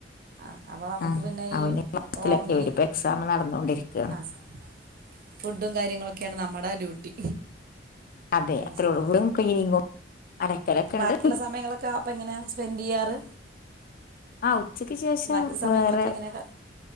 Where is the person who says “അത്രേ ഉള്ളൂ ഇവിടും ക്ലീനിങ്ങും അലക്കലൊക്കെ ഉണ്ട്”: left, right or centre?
Left